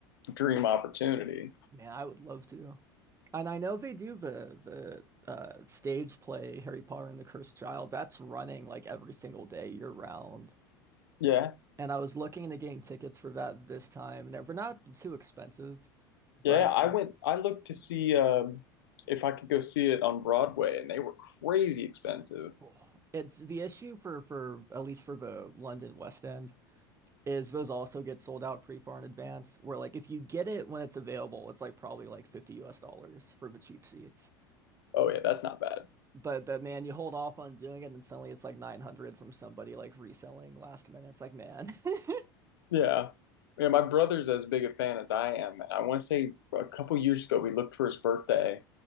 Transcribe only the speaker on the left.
dream opportunity.
Yeah.
Yeah,
I went, I looked to see um, if I could go see it on Broadway, and they were crazy expensive.
Oh, yeah, that's not bad.
Yeah. Yeah, my brother's as big a fan as I am. I want to say a couple years ago, we looked for his birthday,